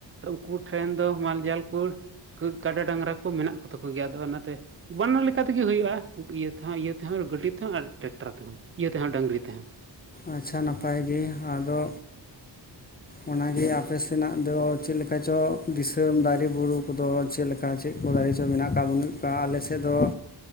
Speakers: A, on the right (about 30°); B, on the left (about 20°).
A: ᱩᱱᱠᱩ ᱴᱷᱮᱱ ᱫᱚ ᱢᱟᱞᱡᱟᱞ ᱠᱩᱲ ᱠᱟᱰᱟ ᱰᱟᱝᱨᱟ ᱠᱚ ᱢᱮᱱᱟᱜ ᱠᱚᱛᱟ ᱠᱚ ᱜᱮᱭᱟ ᱟᱫᱚ ᱚᱱᱟᱛᱮ ᱵᱟᱱᱟᱨ ᱞᱮᱠᱟ ᱛᱮᱜᱮ ᱦᱩᱭᱩᱜᱼᱟ ᱾ ᱤᱭᱟᱹ ᱛᱮᱦᱚᱸ ᱤᱭᱟᱹ ᱛᱮᱦᱚᱸ ᱜᱟᱹᱰᱤ ᱛᱮᱦᱚᱸ ᱟᱨ ᱴᱮᱠᱴᱟᱨ ᱛᱮᱦᱚᱸ ᱤᱭᱟᱹ ᱛᱮᱦᱚᱸ ᱰᱟᱹᱝᱨᱤ ᱛᱮᱦᱚᱸ ᱾
B: ᱟᱪᱪᱷᱟ ᱱᱟᱯᱟᱭ ᱜᱮ ᱟᱫᱚ ᱚᱱᱟᱜᱮ ᱟᱯᱮ ᱥᱮᱱᱟᱜ ᱫᱚ ᱪᱮᱫ ᱞᱮᱠᱟ ᱪᱚ ᱫᱤᱥᱟᱢ ᱫᱟᱨᱮ ᱵᱩᱨᱩ ᱠᱚᱫᱚ ᱪᱮᱫ ᱞᱮᱠᱟ ᱪᱮᱜ ᱠᱚ ᱫᱟᱲᱮ ᱪᱚ ᱢᱮᱱᱟᱜ ᱟᱠᱟᱫ ᱵᱟᱹᱱᱩᱜ ᱠᱚᱫ ᱟᱞᱮ ᱥᱮᱡ ᱫᱚᱸ